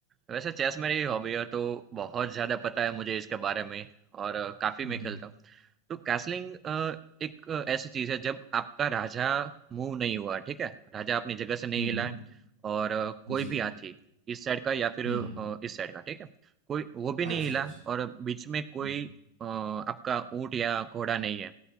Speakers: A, on the right; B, on the right.
A: वैसे चेस मेरी हॉबी है तो बहुत ज़्यादा पता है मुझे इसके बारे में और अ, काफ़ी
B: हम्म
A: मैं खेलता हूँ। तो कैसलिंग अ, एक अ, ऐसी चीज़ है जब आपका राजा मूव नहीं हुआ, ठीक है? राजा अपनी जगह से नहीं
B: हम्म
A: हिला है और अ,
B: जी
A: कोई भी हाथी इस साइड का या फिर
B: हम्म
A: अ,
B: हम्म
A: इस साइड का, ठीक है? कोई वो भी नहीं
B: अच्छा
A: हिला
B: अच्छा
A: और बीच में कोई
B: हम्म
A: अ, आपका ऊँट या घोड़ा नहीं है।